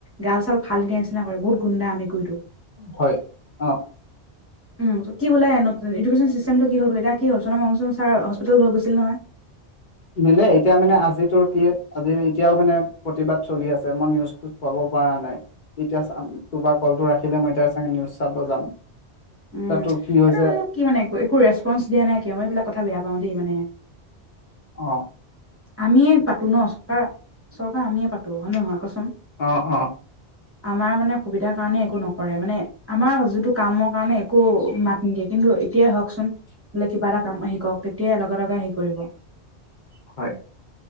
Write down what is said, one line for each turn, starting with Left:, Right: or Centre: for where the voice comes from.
Right: গাল চাল ফালি দিয়া নিচিনা কৰে বহুত গুন্ডা মেকুৰীটো
Left: হয় অ
Right: উম কি বোলে এডুকেশ্যন চিষ্টেমটো কি হল বোলে এতিয়া কি হ'ল সুনম মং চুং ছাৰ হস্পিতেল হৈ গৈছিল নহয়
Left: নিলে এতিয়া মানে আজিতো কি আজি এতিয়াও মানে প্ৰতিবাদ চলি আছে মই নিউজ চাব পৰা নাই এতিয়া তোমাৰ কলটো ৰাখিলে মই এতিয়া চে নিউজ চাব যাম
Right: উম
Left: তাতো কি হৈছে
Right: এইটো কি মানে একো ৰেচপনচ দিয়া নাই কিয় মই এইবিলাক কথা বেয়া পাওঁ দেই মানে
Left: অ
Right: আমিয়ে পাতো ন চৰকাৰ চৰকাৰ আমিয়ে পাতো হয় নহয় কচোন
Left: অ অ
Right: আমাৰ মানে সুবিধাৰ কাৰণে একো নকৰে মানে আমাৰ যিটো কামৰ কাৰণে একো মাত নিদিয়ে কিন্তু এতিয়াই হওকচোন বোলে কিবা এটা কাম শিকক তেতিয়াই লগে লগে হেৰি কৰিব
Left: হয়